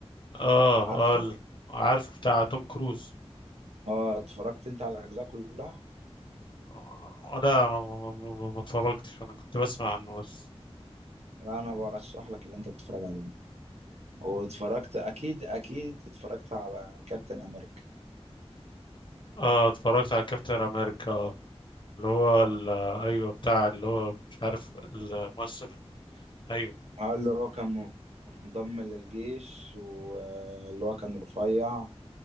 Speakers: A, on the left; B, on the right.
A: اه
B: عارفه
A: اه ال- عارف بتاع توم كروز
B: اه اتفرجت انت على الاجزاء كلها
A: آه، لا ما, ما, ما, ما ما اتفرجتش انا كنت بسمع عنه بس
B: لا انا برشح لك اللي انت تتفرج عليه واتفرجت اكيد اكيد اتفرجت على كابتن امريكا
A: اه اتفرجت على كابتن امريكا آه، اللي هو ال- ايوه بتاع اللي هو مش عارف الممثل ايوه
B: اه اللي هو كان منضم للجيش واللي هو كان رفيع